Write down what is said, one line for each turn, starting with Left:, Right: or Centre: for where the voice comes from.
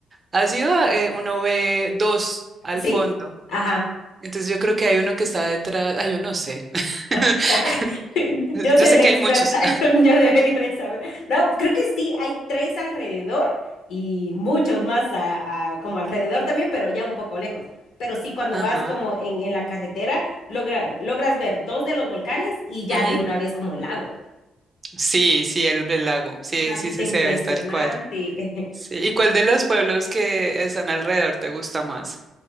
Right: has ido, a- eh, uno ve dos al
Left: Sí,
Right: fondo.
Left: ajá.
Right: Entonces yo creo que hay uno que está detrás, ah, yo no sé, <laughs>
Left: <laughs> Yo
Right: yo
Left: soy
Right: sé
Left: la
Right: que
Left: experta,
Right: hay muchos.
Left: <laughs> yo debería de saber. No, creo que sí, hay tres alrededor y muchos más a- a- como alrededor también, pero ya un poco lejos. Pero sí, cuando
Right: Ajá.
Left: vas como en, en la carretera, logra- logras ver dos de los volcanes y ya
Right: Ujú.
Left: de una vez como el lago.
Right: Sí, sí, el, el lago. Sí,
Left: Una
Right: sí,
Left: vista
Right: sí,
Left: impresionante.
Right: se ve, es tal cual.
Left: <laughs>
Right: Sí. ¿Y cuál de los pueblos que están alrededor te gusta más?